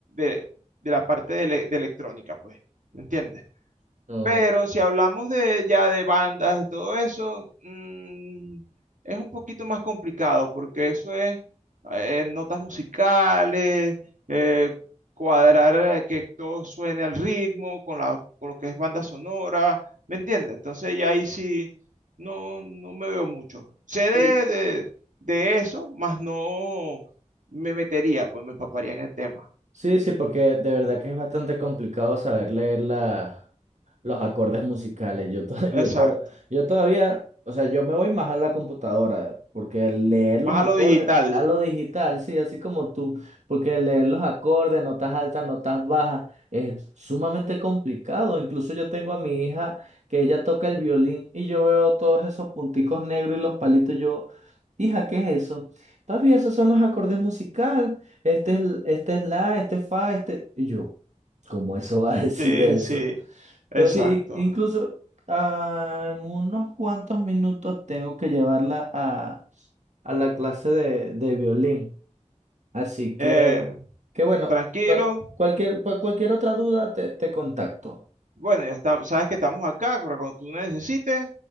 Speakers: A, on the right (about 85°); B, on the right (about 65°).
A: de- de la parte de, ele- de electrónica, pues, ¿me entiendes?
B: No.
A: Pero si hablamos de ya de bandas, de todo eso, mm, es un poquito más complicado porque eso es eh, notas musicales, eh, cuadrar eh, que todo suene al ritmo con la, con lo que es banda sonora, ¿me entiendes? Entonces ya ahí sí no, no me veo mucho. Sé de,
B: Sí,
A: de, de eso, más no me metería, pues me empaparía en el tema.
B: sí, sí, porque de verdad que es bastante complicado saber leer la los acordes musicales. Yo, to- <laughs>
A: Exacto.
B: yo, to- yo todavía, o sea, yo me voy más a la computadora, porque el leer
A: Más
B: los
A: a
B: acordes,
A: lo digital.
B: a lo digital, sí, así como tú, porque el leer los acordes, notas altas, notas bajas, es sumamente complicado. Incluso yo tengo a mi hija que ella toca el violín y yo veo todos esos punticos negros y los palitos, y yo, hija, ¿qué es eso? Papi, esos son los acordes musicales. Este es, este es la, este es fa, este. Y yo, ¿cómo eso va a <laughs> decir
A: Sí,
B: eso?
A: sí, exacto.
B: Pero sí, i- incluso ah, en unos cuantos minutos tengo que llevarla a, a la clase de, de violín. Así
A: Eh,
B: que, que bueno,
A: tranquilo.
B: cua- cualquier, pues, cualquier otra duda te, te contacto.
A: Bueno, ya está, sabes que estamos acá, pero cuando tú necesites,